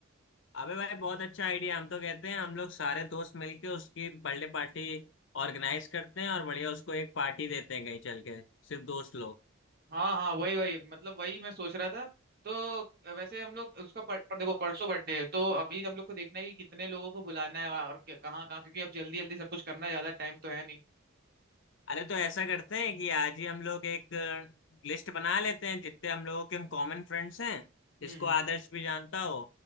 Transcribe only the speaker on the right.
हाँ हाँ वही वही मतलब वही मैं सोच रहा था तो वैसे हम लोग उसका पर, पर देखो परसों बर्थडे है तो अभी हम लोग को देखना है कि कितने लोगों को बुलाना है और क- कहाँ कहाँ क्योंकि अब जल्दी जल्दी सब कुछ करना है ज्यादा टाइम तो है नहीं
हम्म